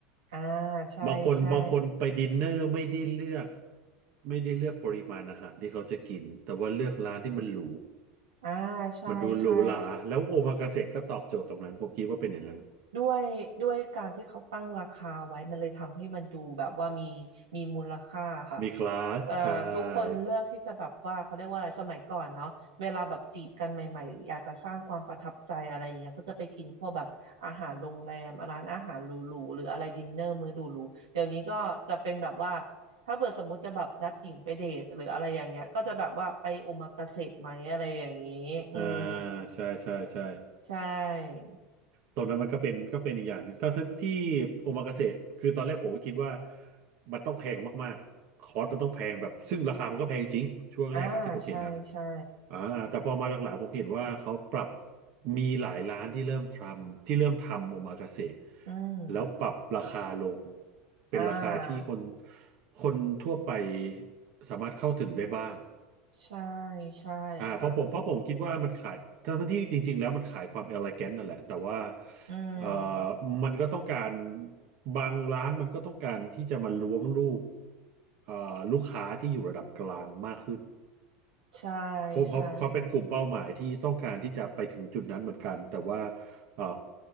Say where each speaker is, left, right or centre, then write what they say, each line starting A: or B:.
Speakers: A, on the right; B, on the right.
A: อ่าใช่ใช่
B: บางคนบางคนไปดินเนอร์ไม่ได้เลือกไม่ได้เลือกปริมาณอาหารที่เขาจะกินแต่ว่าเลือกร้านที่มันหรู
A: อ่าใช่ใช่
B: มันดูหรูหราแล้วโอมากาเสะก็ตอบโจทย์ตรงนั้นผมคิดว่าเป็นอย่างนั้น
A: ด้วยด้วยการที่เขาตั้งราคาไว้มันเลยทำให้มันดูแบบว่ามีมีมูลค่าค่ะ
B: มีคลาสใช่
A: เอ่อทุกคนเลือกที่จะแบบว่าเขาเรียกว่าอะไรสมัยก่อนเนาะเวลาแบบจีบกันใหม่ๆอยากจะสร้างความประทับใจอะไรอย่างเงี้ยก็จะไปกินพวกแบบอาหารโรงแรมร้านอาหารหรูๆหรืออะไรดินเนอร์มื้อหรูๆเดี๋ยวนี้ก็จะเป็นแบบว่าถ้าเกิดสมมติจะแบบนัดหญิงไปเดทหรืออะไรอย่างเงี้ยก็จะแบบว่าไปโอมากาเสะไหมอะไรอย่างงี้อืม
B: อ่าใช่ใช่ใช่
A: ใช่
B: ตรงนั้นมันก็เป็นก็เป็นอีกอย่างหนึ่งถ้าถ้าที่โอมากาเสะคือตอนแรกผมก็คิดว่ามันต้องแพงมากๆคอร์สมันต้องแพงแบบซึ่งราคามันก็แพงจริงช่วงแรกอะที่ผมเห็นอะ
A: อ่าใช่ใช่
B: อ่าแต่พอมาหลังๆผมเห็นว่าเขาปรับมีหลายร้านที่เริ่มทำที่เริ่มทำโอมากาเสะ
A: อืม
B: แล้วปรับราคาลงเป็นราคาที่คน
A: อ่า
B: คนทั่วไปสามารถเข้าถึงได้บ้าง
A: ใช่ใช่ค่ะ
B: อ่าเพราะผมเพราะผมคิดว่ามันขายทั้งๆที่จริงๆแล้วมันขายความเอลิแกนนั่นแหละแต่ว่า
A: อืม
B: เอ่อมันก็ต้องการบางร้านมันก็ต้องการที่จะมาล้วงลูกเอ่อลูกค้าที่อยู่ระดับกลางมากขึ้น
A: ใช่
B: เพราะเขาเขาเป็นกลุ่มเป้าหมายที่ต้องการที่จะไปถึงจุดนั้นเหมือนกันแต่ว่า
A: ใช่
B: เอ่อ